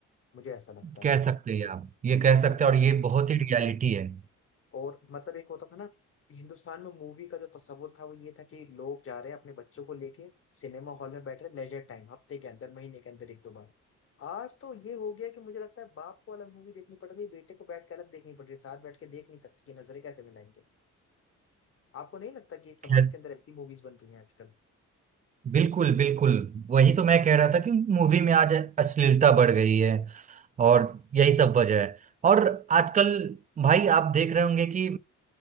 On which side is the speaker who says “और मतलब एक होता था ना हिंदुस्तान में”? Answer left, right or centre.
Left